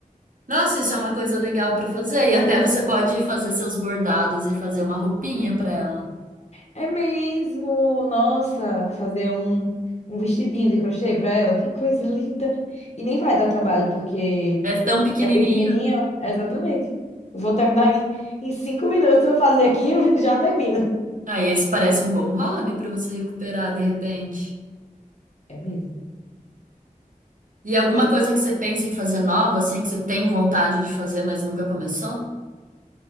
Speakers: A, on the right; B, on the left.
A: Nossa, isso é uma coisa legal pra fazer. E até você pode fazer seus bordados e fazer uma roupinha pra ela.
B: É mesmo! Nossa, fazer um, um vestidinho de crochê pra ela, que coisa <laughs> linda! E nem vai dar trabalho, porque
A: É tão pequenininho.
B: é pequenininho. Exatamente. Vou terminar em, em cinco minutos. Vou fazer aqui <laughs> e já termino.
A: Aí esse parece um bom hobby pra você recuperar de repente.
B: É mesmo.
A: E alguma
B: E tem.
A: coisa que você pensa em fazer nova, assim, que você tem vontade de fazer, mas nunca começou?